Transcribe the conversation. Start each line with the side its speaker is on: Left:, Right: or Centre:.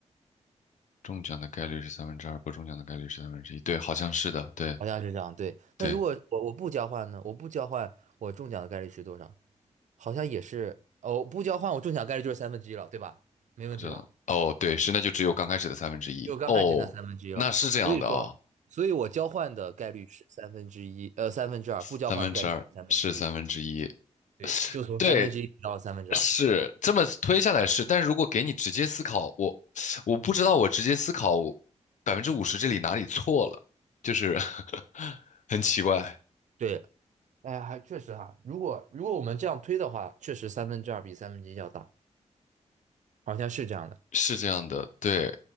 Left: 中奖的概率是三分之二，不中奖的概率是三分之一，对，好像是的，对，
Right: 好像是这样。对，
Left: 对，
Right: 那如果我我不交换呢？我不交换，我中奖的概率是多少？好像也是，哦，不交换我中奖概率就是三分之一了，对吧？没问题吧？
Left: 我知道，哦，对，是，那就只有刚开始的三分之一，
Right: 就刚开始那三分之一了。
Left: 哦，那是这样的哦，
Right: 所以说，所以我交换的概率是三分之一，呃，三分之二，
Left: 三分之二是三分之一，
Right: 不交换概率是三分之一。对，就从三分之一到三分之二。
Left: 对。是这么推下来是，但是如果给你直接思考，我我不知道我直接思考百分之五十这里哪里错了，就是 <laughs> 很奇怪，
Right: 对，哎，还确实哈，如果如果我们这样推的话，确实三分之二比三分之一要大，好像是这样的。
Left: 是这样的，对。